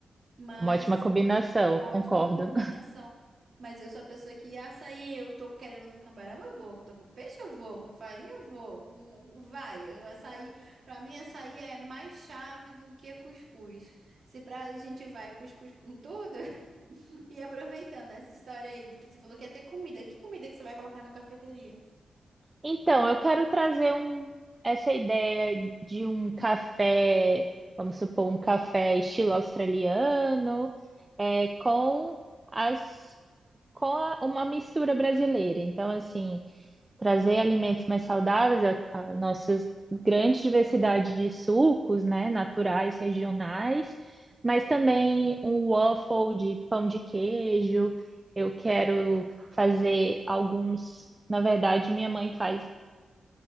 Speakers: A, on the right (about 45°); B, on the right (about 20°).
A: Mas.
B: É uma ótima combinação,
A: Ótima
B: concordo.
A: combinação. Mas eu sou a pessoa que açaí, eu tô querendo com camarão, eu vou, que tô com peixe, eu vou, com farinha, eu vou, com vai, o açaí, pra mim açaí é mais chave do que cuscuz. Se pra gente vai cuscuz com tudo, <laughs> e aproveitando essa história aí, porque você falou que ia ter comida, que comida que você vai colocar na cafeteria?
B: Então, eu quero trazer um, essa ideia de um café, vamos supor, um café estilo australiano, é, com as com a- uma mistura brasileira. Então, assim, trazer alimentos mais saudáveis, a, a nossa grande diversidade de sucos, né, naturais, regionais, mas também um waffle de pão de queijo. Eu quero fazer alguns. Na verdade, minha mãe faz